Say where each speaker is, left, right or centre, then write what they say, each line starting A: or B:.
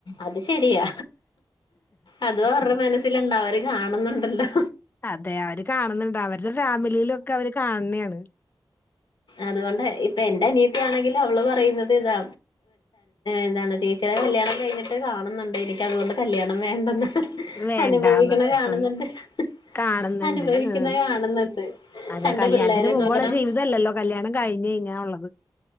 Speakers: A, on the left (about 80°); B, on the left (about 25°).
A: അത് ശരിയാ അതും അവരുടെ മനസ്സിലുണ്ടാവും അവര് കാണുന്നുണ്ടല്ലോ
B: അതെ അവര് കാണുന്നുണ്ട് അവരുടെ ഫാമിലിയിലൊക്കെ അവര് കാണുന്നയാണ്
A: അതുകൊണ്ട ഇപ്പൊ എന്റെ അനിയത്തി ആണെങ്കിലും അവള് പറയുന്നത് ഇതാ എന്താണ് ചേച്ചിയുടെ കല്യാണം കഴിഞ്ഞിട്ട് കാണുന്നുണ്ട് എനിക്കു അതുകൊണ്ട് കല്യാണം വേണ്ടെന്ന് ഹ്
B: വേണ്ടാന്ന്
A: അനുഭവിക്കണ കാണുന്നുണ്ട്
B: ഉം
A: ഹ്
B: കാണുന്നുണ്ട്
A: അനുഭവിക്കുന്ന
B: ഉം
A: കാണുന്നുണ്ട്
B: അതെ
A: രണ്ട്
B: കല്യാണത്തിന്
A: പിള്ളേരേം
B: മുമ്പുള്ള
A: നോക്കണം
B: ജീവിതല്ലല്ലോ കല്യാണം കഴിഞ്ഞയ്ഞ്ഞ ഉള്ളത്